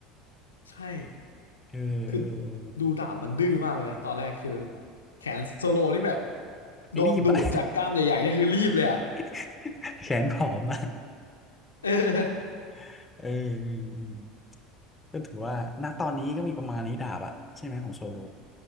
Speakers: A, on the left; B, on the left.
A: ใช่
B: เออเออเออ
A: คือดูดาบมันดื้อมากเลยนะตอนแรกคือแขนโซโลนี่แบบโดนดูดจากกล้ามใหญ่ๆนี่คือรีบเลยอ่ะ
B: รีบอะ <laughs> แขนผอมอะ
A: เออ
B: <laughs> เออเออเออก็ถือว่าณตอนนี้ก็มีประมาณนี้ดาบอะใช่ไหมของโซโล